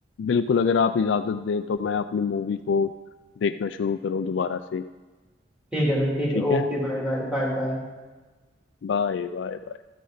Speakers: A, on the left; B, in the centre.
A: बिल्कुल अगर आप इजाजत दें तो मैं अपनी मूवी को देखना शुरू करूँ दोबारा से
B: ठीक है भाई ठीक
A: ठीक
B: है okay
A: है
B: bye bye bye bye
A: Bye bye bye